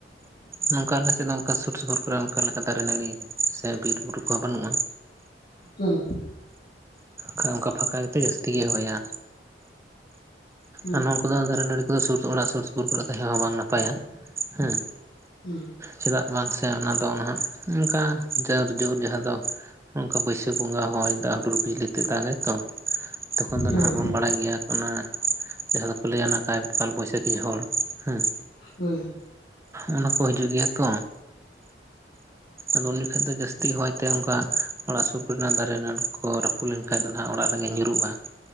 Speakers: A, on the right; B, on the left.
A: ᱱᱚᱝᱠᱟ ᱟᱞᱮ ᱥᱮᱫ ᱫᱚ ᱚᱱᱠᱟ ᱥᱩᱨ ᱥᱩᱯᱩᱨ ᱠᱚᱨᱮ ᱚᱱᱠᱟ ᱞᱮᱠᱟ ᱫᱟᱨᱮ ᱱᱟᱹᱲᱤ ᱥᱮ ᱵᱤᱨᱼᱵᱩᱨᱩ ᱠᱚᱦᱚᱸ ᱵᱟᱹᱱᱩᱜᱼᱟ᱾
B: ᱦᱩᱸ᱾
A: ᱠᱷᱟᱡ ᱚᱱᱠᱟ ᱯᱷᱟᱸᱠᱟ ᱜᱮᱛᱮ ᱡᱟᱹᱥᱛᱤ ᱜᱮᱭ ᱦᱚᱭᱟ᱾
B: ᱦᱩᱸ
A: ᱟᱨ ᱱᱳᱣᱟ ᱠᱚᱫᱚ ᱫᱟᱨᱮ ᱱᱟᱹᱲᱤ ᱠᱚᱫᱚ ᱥᱩᱨ ᱚᱲᱟᱜ ᱥᱩᱨ ᱥᱩᱯᱩᱨ ᱠᱚᱨᱮ ᱛᱟᱦᱮᱸ ᱦᱚᱸ ᱵᱟᱝ ᱱᱟᱯᱟᱭᱟ, ᱦᱮᱸ᱾
B: ᱦᱩᱸ
A: ᱪᱮᱫᱟᱜ ᱵᱟᱝ ᱥᱮ ᱚᱱᱟ ᱫᱚ ᱱᱟᱦᱟᱜ ᱚᱱᱠᱟ ᱡᱳᱨ ᱡᱳᱨ ᱡᱟᱦᱟᱸ ᱫᱚ ᱚᱱᱠᱟ ᱵᱟᱹᱭᱥᱟᱹᱠᱷ ᱵᱚᱸᱜᱟ ᱦᱚᱭ ᱫᱟᱜ ᱦᱩᱰᱩᱨ ᱵᱤᱡᱽᱞᱤ ᱛᱮᱜ ᱫᱟᱜᱟᱭ ᱛᱚ, ᱛᱚᱠᱷᱚᱱ ᱫᱚ
B: ᱦᱩᱸ
A: ᱱᱟᱦᱟᱜ ᱵᱚᱱ ᱵᱟᱲᱟᱭ ᱜᱮᱭᱟ ᱚᱱᱟ ᱡᱟᱦᱟ ᱫᱚ ᱠᱚ ᱞᱟᱹᱭ-ᱟ ᱚᱱᱟ ᱠᱟᱭ ᱠᱟᱞ ᱵᱟᱹᱭᱥᱟᱹᱠᱷᱤ ᱡᱷᱚᱲ ᱦᱮᱸ᱾
B: ᱦᱩᱸ᱾
A: ᱚᱱᱟ ᱠᱚ ᱦᱤᱡᱩᱜ ᱜᱮᱭᱟ ᱛᱚ᱾ ᱟᱫᱚ ᱩᱱ ᱡᱚᱠᱷᱮ ᱫᱚ ᱡᱟᱹᱥᱛᱤ
B: ᱦᱩᱸ
A: ᱦᱚᱭ ᱛᱮ ᱚᱱᱠᱟ ᱚᱲᱟᱜ ᱥᱩᱨ ᱠᱚ ᱨᱮᱱᱟᱜ ᱫᱟᱨᱮ ᱱᱟᱹᱲᱤ ᱠᱚ ᱨᱟᱹᱯᱩᱫ ᱞᱮᱱᱠᱟᱱ ᱫᱚ ᱱᱟᱦᱟᱜ ᱚᱲᱟᱜ ᱨᱮ ᱜᱮ ᱧᱩᱨᱩᱜᱼᱟ᱾